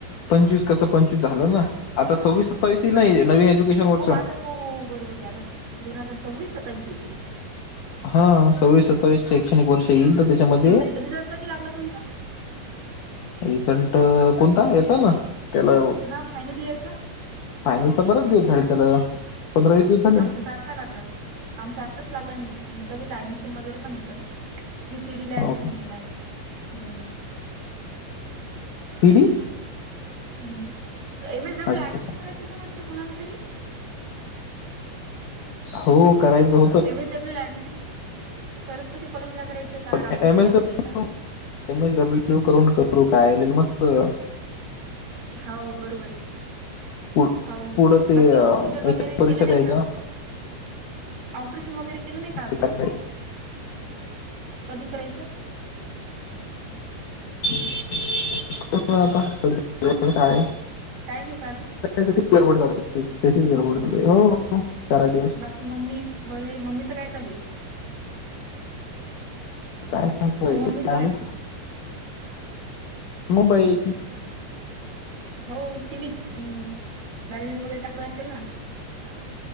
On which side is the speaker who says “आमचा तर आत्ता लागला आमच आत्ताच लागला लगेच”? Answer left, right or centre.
Right